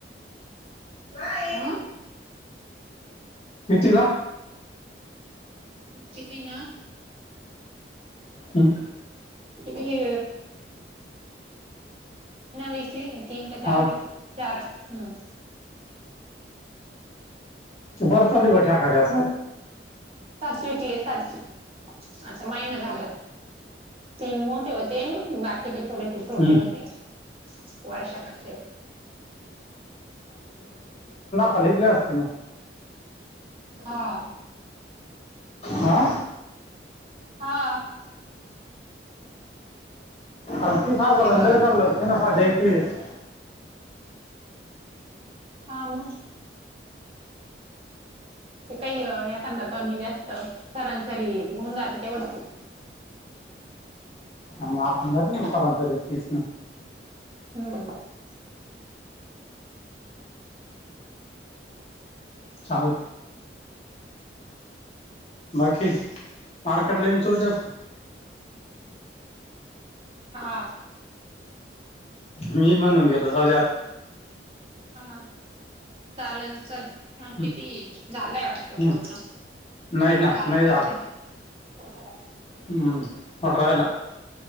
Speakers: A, on the left; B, on the right.
A: काय
B: अ
A: कितीला
B: चीना
A: हम्
B: किती नाव विकली तीन का
A: हा
B: चार वी चार हम्म
A: बर चल बठ करर
B: टिकले सात आता महिना झाला तीन मोठे होते बाकीचे थोडेसे छोटे
A: हम्म.
B: होते वर्षभ ते
A: कल पला असतीलो
B: हा
A: हा
B: हा
A: अतीसजार
B: ते
A: अंदर
B: ब
A: कर लक्षण सा एकवीस
B: हा म ते काही एखादा कमी जास्त सरांसरी होऊन जात तेवढ
A: मा आपण झार सनसरी कृष्ण
B: हम्म
A: चाल बाकी मारकेटलाून तुरच्याात का
B: हा
A: मी म्हणून गेल सौद आत
B: हा चालेल चल हा
A: हम्म,
B: किती झालंय वाटत
A: हम्म.
B: पूर्ण
A: नाही ना
B: झालंय
A: नाही झालं
B: प
A: हम्म. पण राहिला